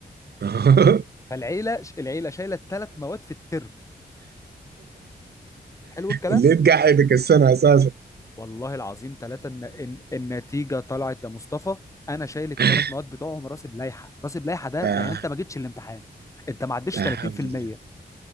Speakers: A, on the right; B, on the left.
A: <laughs>
B: فالعيله العيله شايله ثلاث مواد في الترم حلو الكلام
A: اللي تقعدك السنة اساسا
B: والله العظيم ثلاثه الن... النتيجه طلعت يا مصطفى انا شايل الثلاث
A: <laughs>
B: مواد بتوعهم راسب لائحه راسب لائحه ده
A: لا
B: يعني انت ما جيتش الامتحان انت ما عدتش
A: لا
B: 30%
A: حول الله